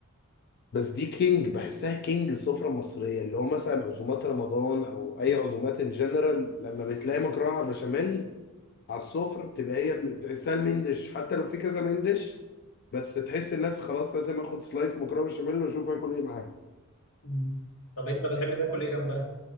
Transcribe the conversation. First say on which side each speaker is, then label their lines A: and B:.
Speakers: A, on the left (about 45°); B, on the left (about 85°).
A: بس دي كينج بحسها كينج السفره المصريه اللي هو مثلا عزومات رمضان او اي عزومات ان جنرال لما بتلاقي مكرونه على بشاميل على السفرة بتبقى هي الم- تحسها المندش حتى لو في كذا مندش بس تحس الناس خلاص لازم اخد سلايس مكرونة بشاميل واشوف هاكل ايه معاها
B: مم. طب انت بتحب تاكل ايه جنبها